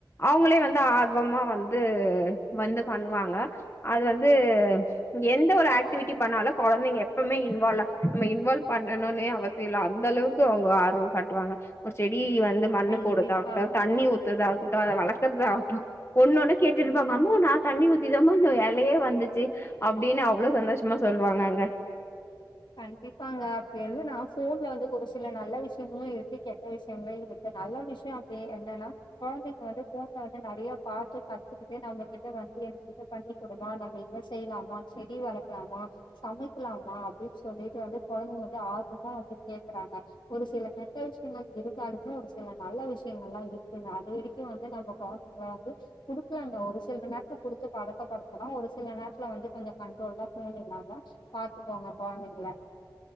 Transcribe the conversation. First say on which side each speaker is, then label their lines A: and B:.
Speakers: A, on the left (about 35°); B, on the left (about 75°).
A: அவுங்களே வந்து ஆர்வமா வந்து வந்து பண்ணுவாங்க அது வந்து எந்த ஒரு ஆக்டிவிட்டி பண்ணாலு கொழந்தைங்க எப்பவுமே இன்வால்வ் நம்ம இன்வால்வ் பண்ணணுனே அவசியமே இல்ல அந்த அளவுக்கு அவுங்க ஆர்வோ காட்டுவாங்க ஒரு செடி இ வந்து மண்ணு
B: கண்டிப்பா
A: போடுதாகட்டு தண்ணி ஊத்துதாகட்டு அத வளர்க ஆகட்டு ஒன்னொன்னு கேட்டுருப்பாங்க ஆமா நா தண்ணி ஊத்திதாமா அந்த எலயே வந்துச்சு அப்டின்னு அவ்வளோ சந்தோஷமா சொல்லுவாங்கங்க
B: கண்டிப்பாங்க அப்டி இருந்து நா ஃபோன்ல வந்து ஒரு சில நல்ல விஷய தோ இருக்கு கெட்ட விஷய என நல்ல விஷயோ அப்டி என்னன்னா கொழந்தைங்க வந்து ஃபோன்ல வந்து நெறய பாத்து கத்துக்கிட்டு நம்ம கிட்ட வந்து எனக்கு இத பண்ணி குடுமா நம்ம இத செய்யலாமா செடி வளக்கலாமா சமைக்கலாமா அப்டின்னு சொல்லிட்டு வந்து கொழந்தைங்க வந்து ஆர்வமா வந்து கேக்குறாங்க ஒரு சில கெட்ட விஷயங்கள் இருந்தாலுமே ஒரு சில நல்ல விஷயங்கள் எலா இருக்குங்க அது வரைக்கு வந்து நம்ம கொழந்தைங்க வந்து குடுக்கலாங்க ஒரு சில நேரத்ல குடுத்து பழக்கப்படுத்தலா ஒரு சில நேரத்ல வந்து கொஞ்ச கண்ட்ரோல்டா ஃபோன் இல்லாம பாத்துப்போங்க போனதில்ல